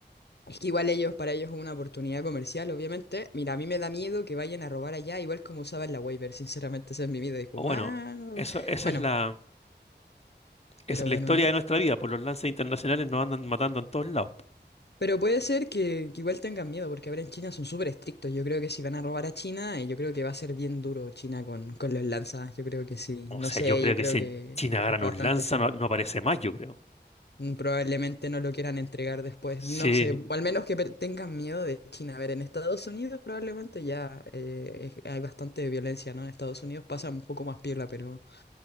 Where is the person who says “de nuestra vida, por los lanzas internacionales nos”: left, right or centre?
Left